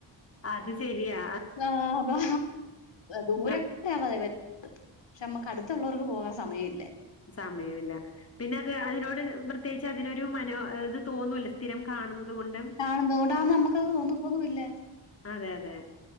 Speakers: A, on the left; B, on the left.
A: അത് ശരിയാ
B: ആഹ് അതാ ദൂരം
A: ന-
B: ത്താ വരത്ത് പക്ഷെ നമ്മക്ക് അടുത്തുള്ളവർക്ക് പോകാൻ സമയം ഇല്ല
A: സമയോല്ല പിന്നെ റ്ഞ്ഞാ അതിനോട് ത് <unintelligible> ത്യേച്ച് അതിനൊരു മനോ ഇത് തോന്നൂല്ല സ്ഥിരം കാണുന്നത് കൊണ്ട്
B: കാണും തോടാ നമ്മുക്കത് <unintelligible>
A: അതെ അതെ